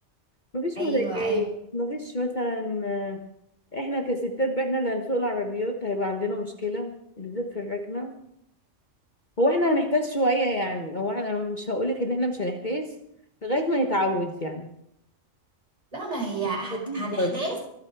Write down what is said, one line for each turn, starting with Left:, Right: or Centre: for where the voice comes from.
Left: مفيش
Right: ايوه
Left: مضايقات
Right: ايوه
Left: مفيش مثلا آه، احنا كستات بقى احنا اللي هنسوق العربيات هيبقى عندنا مشكله بالذات في الركنه هو احنا هنحتاج شويه يعني هو احنا مش هقولك ان احنا مش هنحتاج لغايه ما نتعود يعني
Right: لا ما هي هت...
Left: لذيذ
Right: هنحتاج
Left: برضه